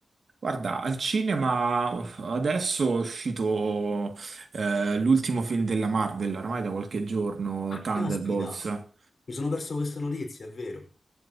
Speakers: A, on the right; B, on the left.
A: Guarda, al cinema uff, adesso è uscito eh, l'ultimo film della Marvel, oramai da qualche giorno, Thunderbolts.
B: Caspita, mi sono perso questa notizia, è vero?